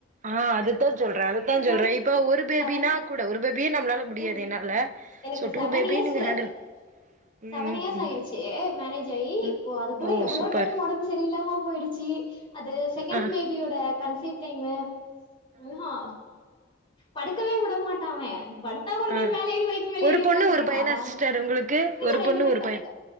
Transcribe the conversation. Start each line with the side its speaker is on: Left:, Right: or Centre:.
Right: அ அதுதாஞ் சொல்றே அதுத்தா சொல்றே
Left: ஆயி
Right: இப்ப ஒரு பேபினாக்
Left: செவன்
Right: கூட ஒரு பேபியே நம்ளால முடியாது
Left: ம்
Right: என்னால
Left: எனக்கு
Right: சோ
Left: செவன்
Right: டூ பேபி
Left: இயர்ஸு
Right: நீங்க ஹேண்டில் ம்
Left: செவன் இயர்ஸ் ஆயிருச்சே
Right: ம்
Left: மேரேஜ் ஆயி
Right: ம்
Left: இப்போ அதுக்குள்ள
Right: ஓ
Left: எவ்ளோ
Right: சூப்பர்
Left: டைம் ஒடம்புச் செரியில்லாம போயிடுச்சி அது செகண்ட்
Right: ஆ
Left: பேபியோட கன்சிவ் டைமு வு ஆ படுக்கவே வுடமாட்டா அவ படுத்தா வுடனே
Right: ஆ
Left: மேல ஏறி வயித்து மேல
Right: ஒரு
Left: ஏறி
Right: பொண்ணு
Left: உக்காந்துக்குவா
Right: ஒரு பையனா
Left: ராவுடி
Right: சிஸ்டர்
Left: பண்ணு
Right: உங்களுக்கு
Left: இல்ல
Right: ஒரு
Left: ரெண்டுமே
Right: பொண்ணு ஒரு
Left: பசங்க
Right: பைய